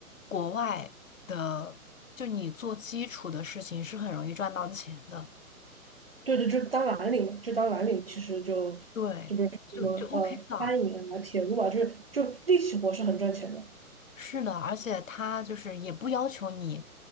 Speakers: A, on the left; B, on the right.
A: 国外的，就你做基础的事情是很容易赚到钱的，
B: 对对，就当蓝领嘛，这当蓝领其实就就比如说什么呃餐饮啊、
A: 对，就就 OK 的，
B: 铁路啊，就是就力气活是很赚钱的。
A: 是的，而且他就是也不要求你，